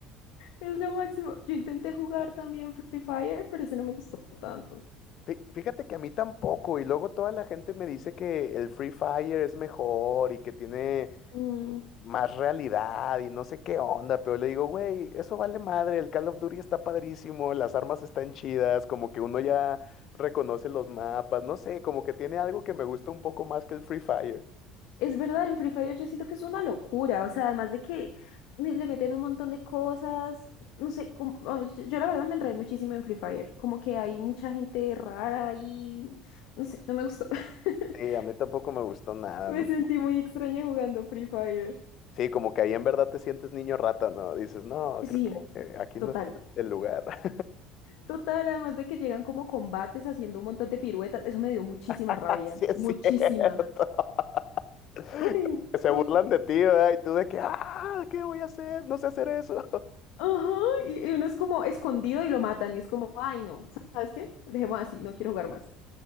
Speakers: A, on the left; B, on the left.
A: Es lo máximo. Yo intenté jugar también Free Fire, pero ese no me gustó tanto.
B: Fí- Fíjate que a mí tampoco, y luego toda la gente me dice que el Free Fire es mejor y que tiene
A: Mm.
B: más realidad y no sé qué onda, pero le digo, güey, eso vale madre, el Call of Duty está padrísimo, las armas están chidas, como que uno ya reconoce los mapas, no sé, como que tiene algo que me gusta un poco más que el Free Fire.
A: Es verdad, en Free Fire yo siento que es una locura, o sea, además de que me- le meten un montón de cosas, no sé, como- oh, yo, yo la verdad me enredé muchísimo en Free Fire, como que hay mucha gente rara y no sé, no me gustó. <laughs>
B: Sí, a mí tampoco me gustó nada,
A: Me
B: ¿no?
A: sentí muy extraña jugando Free Fire.
B: Sí, como que ahí en verdad te sientes niño rata, ¿no? Dices, no,
A: Sí,
B: creo que eh, aquí
A: total,
B: no es el lugar.
A: total, además de que llegan como combates haciendo un montón de piruetas, eso me dio muchísima
B: <laughs>
A: rabia,
B: Sí, es
A: muchísima.
B: cierto. <laughs>
A: Uy,
B: Que se
A: no.
B: burlan de ti, ¿verdad? Y tú de que, ah, ¿qué voy a hacer? No sé hacer eso. <laughs>
A: Ajá, y y uno es como escondido y lo matan y es como, ay no, ¿sabes qué? Dejemos así, no quiero jugar más.